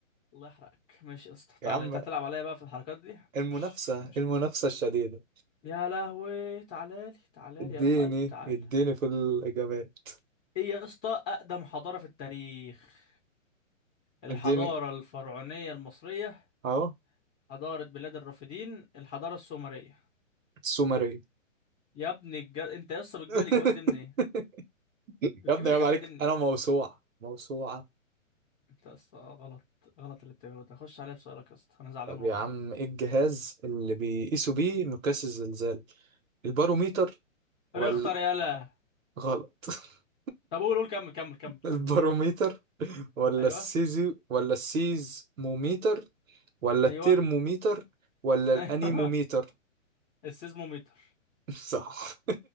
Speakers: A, in the centre; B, on the right.
A: الله يحرقك ماشي يا اسطى تعالى
B: يا عم
A: انت هتلعب عليا بقى في الحركات دي
B: المنافسة
A: ماشي ماشي
B: المنافسة
A: يا اسطى
B: الشديدة
A: يا لهوي تعالى لي تعالى
B: اديني
A: لي يا روح قلبي تعالى
B: اديني في الإجابات
A: ايه يا اسطى اقدم حضارة في التاريخ الحضارة
B: اديني
A: الفرعونية المصرية
B: اهو
A: حضارة بلاد الرافدين الحضارة السومرية
B: السومرية
A: يا ابني الج... انت يا اسطى بتجيب
B: <laughs>
A: الاجابات دي منين
B: يا
A: بتجيب
B: ابني
A: الاجابات
B: عيب عليك
A: دي منين
B: انا موسوعة موسوعة
A: انت يا اسطى غلط غلط اللي بتعمله ده خش عليا بسؤالك يا اسطى انا زعلان
B: طب
A: والله
B: يا عم ايه الجهاز اللي بيقيسوا بيه مقياس الزلزال الباروميتر ولا
A: اختار يلا
B: غلط <laughs>
A: طب قول قول كمل كمل كمل
B: الباروميتر
A: كمل
B: ولا
A: ايوه
B: السيزي ولا السيزموميتر ولا
A: ايوه
B: الترموميتر ولا الانيموميتر
A: ايوه <laughs> السيزموميتر
B: <laughs> صح